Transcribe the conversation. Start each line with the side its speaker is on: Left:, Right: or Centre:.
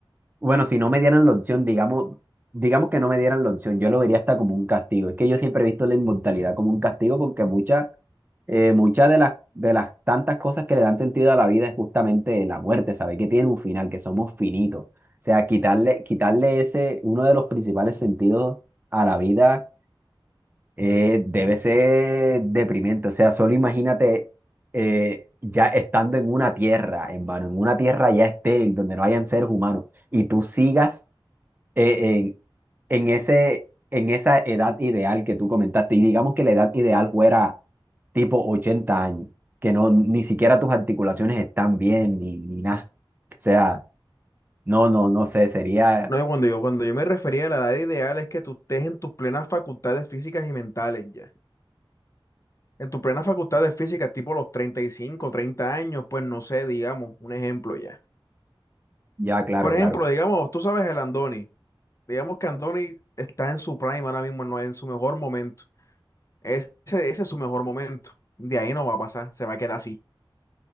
Right: Bueno, si no me dieran la opción, digamos, digamos que no me dieran la opción, yo lo vería hasta como un castigo. Es que yo siempre he visto la inmortalidad como un castigo porque muchas eh, muchas de las, de las tantas cosas que le dan sentido a la vida es justamente la muerte, sabes que tiene un final, que somos finitos. O sea, quitarle, quitarle ese, uno de los principales sentidos a la vida eh, debe ser deprimente. O sea, solo imagínate eh, ya estando en una tierra, hermano, en una tierra ya estéril, donde no hayan seres humanos, y tú sigas eh, en, en ese, en esa edad ideal que tú comentaste, y digamos que la edad ideal fuera tipo 80 años, que no, ni siquiera tus articulaciones están bien, ni, ni nada. O sea, no, no, no sé, sería,
Left: No, yo cuando yo, cuando yo me refería a la edad ideal es que tú estés en tus plenas facultades físicas y mentales ya. En tu plena facultad de física, tipo los 35 30 años, pues no sé, digamos, un ejemplo ya.
Right: ya, claro,
Left: Por
Right: claro,
Left: ejemplo, digamos, tú sabes el Andoni. Digamos que Andoni está en su prime ahora mismo, no en su mejor momento. Ese, ese es su mejor momento. De ahí no va a pasar, se va a quedar así.